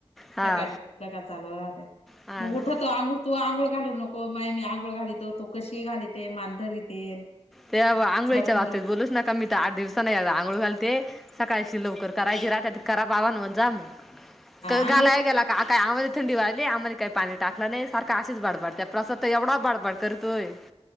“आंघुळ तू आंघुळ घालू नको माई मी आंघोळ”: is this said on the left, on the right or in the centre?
Left